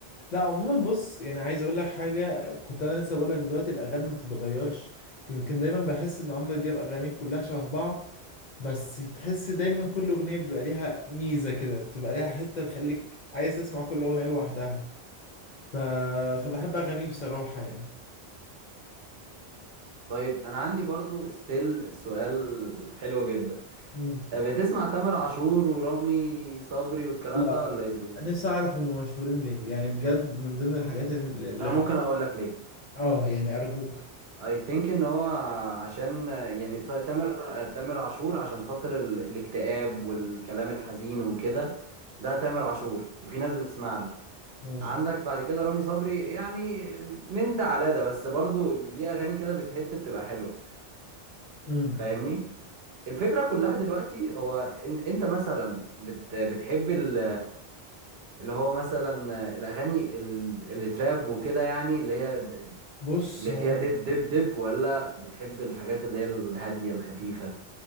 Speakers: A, on the left; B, on the right.
A: لا عموما بص يعني عايز اقول لك حاجه كنت انا لسه بقول لك دلوقتي الاغاني ما بتتغيرش يمكن دايما بحس ان عمرو دياب اغانيه كلها شبه بعض بس تحس دايما كل اغنيه بيبقى ليها ميزه كده بتبقى ليها حته تخليك عايز تسمع كل اغنيه لوحدها ف... فبحب اغانيه بصراحه يعني
B: طيب انا عندي برضو ستيل سؤال حلو جدا
A: مم.
B: بتسمع تامر عاشور ورامي صبري والكلام
A: لا
B: ده ولا ايه الدنيا
A: نفسي اعرف هم مشهورين ليه يعني بجد من ضمن الحاجات اللي اللي-
B: انا ممكن اقول لك ليه
A: اه يعني ارجوك
B: I think ان هو عشان يعني ت- تامر تامر عاشور عشان خاطر ال... الاكتئاب والكلام الحزين وكده ده تامر عاشور وفي ناس بتسمع له
A: ماشي
B: عندك بعد كده رامي صبري يعني من ده على ده بس برضو ليه اغاني كده بتهت بتبقى حلوة
A: مم.
B: فاهمني الفكرة كلها دلوقتي هو ان انت مثلا بت... بتحب ال... اللي هو مثلا الاغاني ال- اللي تراب وكده يعني اللي هي د-
A: بص
B: اللي
A: هو
B: فيها
A: انا
B: دب دب دب ولا بتحب الحاجات اللي هي الهاديه الخفيفه